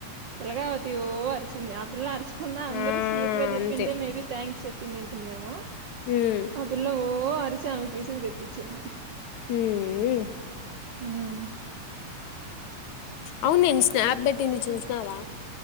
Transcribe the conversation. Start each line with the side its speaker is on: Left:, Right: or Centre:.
Right: తెలగావతి ఓ అరిచింది ఆ పిల్ల అరిచ్ ఖున్న అందరూ
Left: ఆ
Right: స్మూత్ గ చెప్పింటే
Left: అంతే
Right: మేబి థ్యాంక్స్ చెప్పినుంటుందేమో
Left: ఉమ్
Right: ఆ పిల్ల ఓ అరిచి ఆమెక్ విసుగు తెప్పిచ్చింది
Left: మ్మ్ మ్
Right: ఉమ్
Left: అవున్ నేన్ స్నాప్ బెట్టింది చూసినవా